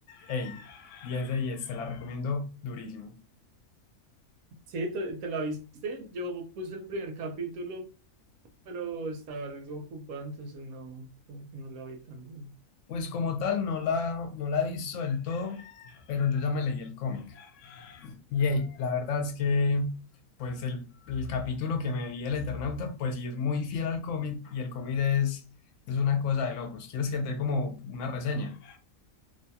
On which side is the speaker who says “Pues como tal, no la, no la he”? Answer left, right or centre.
Left